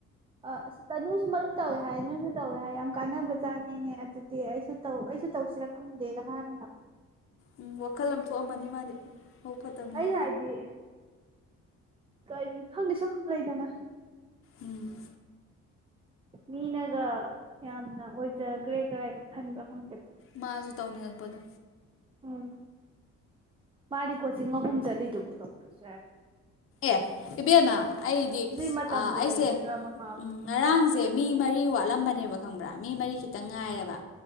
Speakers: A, on the right (about 20°); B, on the left (about 45°).
A: ꯑꯥ ꯑꯁ ꯇꯅꯨꯁꯨ ꯃꯔꯨꯞ ꯇꯧꯋꯦ ꯍꯥꯏꯌꯦ ꯅꯣꯏꯁꯨ ꯇꯧꯋꯦ ꯍꯥꯏ ꯌꯥꯝ ꯀꯥꯟꯅꯕ ꯖꯥꯠꯅꯤꯅꯦ ꯑꯗꯨꯗꯤ ꯑꯩꯁꯨ ꯇꯧ ꯑꯩꯁꯨ ꯇꯧꯁꯤꯔ ꯈꯪꯗꯦꯅ ꯍꯥꯏ <unintelligible>
B: ꯎꯝ ꯋꯥꯈꯜ ꯑꯃ ꯊꯣꯛꯑꯝꯃꯅꯤ ꯃꯥꯗꯤ ꯃꯕꯨꯛ ꯐꯠꯇꯕꯅꯤꯅ
A: ꯑꯩꯅ ꯍꯥꯏꯗꯤ ꯀꯔꯤ ꯈꯪꯗꯦ ꯁꯨꯝ ꯂꯩꯗꯅ
B: ꯎꯝ
A: ꯃꯤꯅꯒ ꯌꯥꯝꯅ ꯑꯣꯏꯖꯈ꯭ꯔꯦ ꯀꯔꯥꯏꯅ ꯈꯟꯕ꯭ꯔꯥ ꯈꯪꯗꯦꯕ
B: ꯃꯥꯁꯨ ꯇꯧꯅꯤꯡꯉꯛꯄꯗꯣ
A: ꯎꯝ ꯃꯥꯅꯤꯀꯣꯆꯤꯡ ꯑꯍꯨꯝ ꯆꯠꯂꯤꯗꯨꯕꯨ ꯇꯧꯗꯁꯦ
B: ꯑꯦ ꯏꯕꯦꯝꯃ ꯑꯩꯗꯤ
A: ꯑꯗꯨꯏ ꯃꯇꯝꯕꯨ
B: ꯑꯩꯁꯦ
A: ꯂꯩꯒꯗ꯭ꯔꯥ ꯃꯃꯥꯕꯨ
B: ꯉꯔꯥꯡꯁꯦ ꯃꯤ ꯃꯔꯤ ꯋꯥꯠ ꯂꯝꯕꯅꯦꯕ ꯈꯪꯕ꯭ꯔꯥ ꯃꯤ ꯃꯔꯤ ꯈꯤꯇꯪ ꯉꯥꯏꯔꯦꯕ